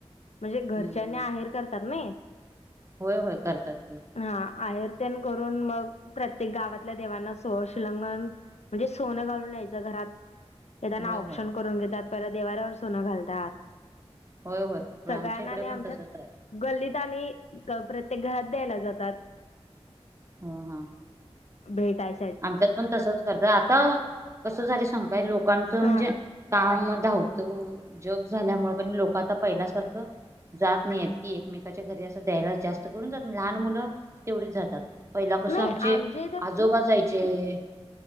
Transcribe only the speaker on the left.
म्हणजे घरच्यांनी
आहेर करतात नई
हा, आहेर तेन करून मग, प्रत्येक गावातल्या देवांना <unintelligible> शीलंगन म्हणजे सोनं घालून न्यायच घरात. येताना
औक्षण
करून घेतात, परत देवाऱ्यावर सोनं घालतात.
सगळ्यांना
आणि
आमच्यात
गल्लीत आणि, प्रत्येक घरात द्यायला जातात.
भेटायच
हा
नाही
आमच्या